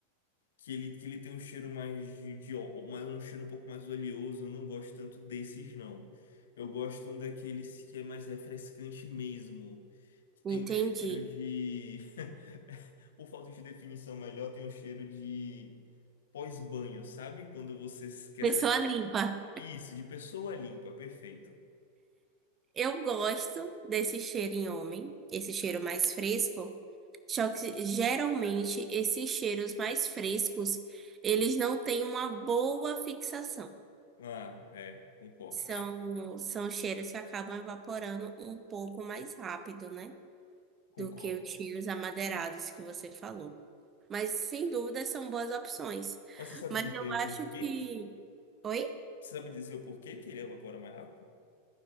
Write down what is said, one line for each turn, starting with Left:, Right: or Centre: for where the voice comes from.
Left: Que ele, que ele tem um cheiro mais de, de ó- mais- um cheiro um pouco mais oleoso, eu não gosto tanto desses, não. Eu gosto um daqueles que é mais refrescante mesmo, que tem
Right: Entendi.
Left: um cheiro de <laughs> Por falta de definição melhor, tem um cheiro de pós-banho, sabe? Quando você quer
Right: Pessoa
Left: sair.
Right: limpa.
Left: Isso, de pessoa limpa, perfeito.
Right: Eu gosto desse cheiro em homem, esse cheiro mais fresco, só que geralmente esses cheiros mais frescos, eles não têm uma boa fixação.
Left: Ah, é, concordo.
Right: São, são cheiros que acabam evaporando um pouco mais rápido, né?
Left: Concordo.
Right: Do que os cheiros amadeirados que você falou. Mas sem dúvida são boas opções.
Left: Mas você sabe
Right: Mas
Left: dizer
Right: eu acho
Left: o porquê?
Right: que. Oi?
Left: Você sabe dizer o porquê que ele evapora mais rápido?